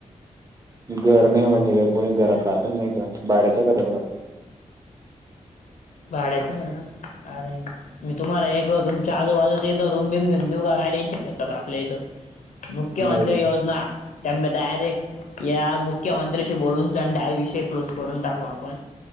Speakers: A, on the right; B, on the left.
A: घर नही म्हनलं काय कोणी घरात राहत नही का, भाड्याच्या घरात राहत.
B: भाड्याच्या घरात आरे मी तुम्हाला एक तुम च्या आजूबाजुच्या इथं रूम बीम घेऊन देऊ का, काय टेन्शन घेता आपल्या इथं. मुख्यमंत्री
A: नाही
B: योजना. त्याबं डायरेक्ट या मुख्यमंत्र्याशी बोलून सण हा विषय क्लोज करून टाकु आपण.